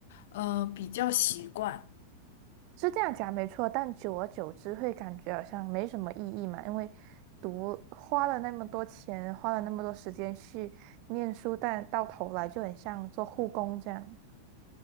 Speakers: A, on the left; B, on the right.
A: 嗯、比较习惯。
B: 是这样讲没错，但久而久之会感觉好像没什么意义嘛，因为读花了那么多钱，花了那么多时间去念书，但到头来就很像做护工这样。